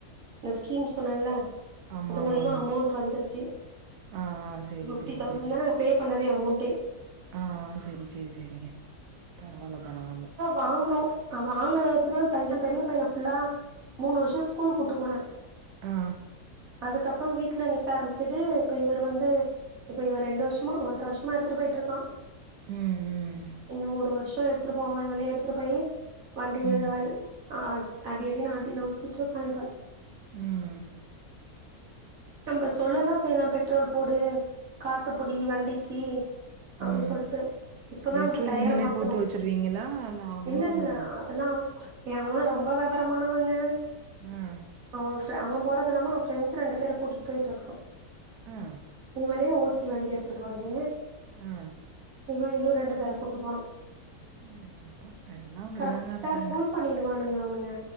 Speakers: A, on the right (about 65°); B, on the right (about 80°).
A: இந்த ஸ்கீம் சொன்னல்ல
B: ஆமா
A: அது மூலிமா
B: ஆமா ஆமா
A: அமௌண்ட் வந்துருச்சு
B: ஆ ஆ செரி
A: பிஃப்டி
B: செரி
A: தௌசண்ட்
B: செரி
A: தான ப்ப பே பண்ணதே அமௌண்ட் ஏ
B: ஆ சேரி சேரி சேரிங்க பரவாயில்ல பரவாயில்ல
A: வாங்குணோ அ வாங்கினத வச்சுதா பைய பெரிய பையன ஃபுல்லா மூணு வருஷோ ஸ்கூல் கூட்டு போன
B: ஆ
A: அதுக்கப்றோ வீட்ல நி க ஆரம்பச்சது இப்ப இவர் வந்து இப்ப இவ ரெண்டு வருஷமா ஒன்ற வருஷமா எடுத்துட்டு போயிட்டு இருக்கா
B: ம் ம்
A: இன்னு ஒரு வருஷோ எடுத்துட்டு போவா இவனே எடுத்துட்டு போயி வண்டி
B: ம்
A: ஆளு அ அடி அடி னு அடி நவ்திட்டு இருக்கா இப்ப
B: ம்
A: நம்ப சொல்லலா செய்லாம் பெட்ரோல் போடு காத்துபுடி வண்டிக்கீ அப்டி
B: ம்
A: சொல்ட்டு இப்பதா
B: பெட்ரோல்
A: அவ டயர்ர
B: நீங்களே
A: மாத்துணோ
B: போட்டு வச்சிருவீங்களா அவங்கதா
A: இல்ல இல்ல
B: போடுவாங்க
A: அதெல்லா அவே ஏ அம்மா ரொம்ப வெவரமானவங்க
B: ம்
A: அவே ஃப்ர அவே போறது இல்லாம அவே ஃப்ரண்ட்ஸு ரெண்டு பேர கூட்டிட்டு போய்ட்டு இருக்கா
B: ஆ
A: இவனே ஓசி வண்டி எடுத்துட்டு போறது
B: ஆ
A: இவே இன்னு ரெண்டு பேர கூட்டு போனா
B: அடேங்கப்பா எல்லா அப்டிதாங்க
A: கரெக்டா
B: இருக்காங்க
A: ஃபோன் பண்ணிடுவானுங்க அவனுங்க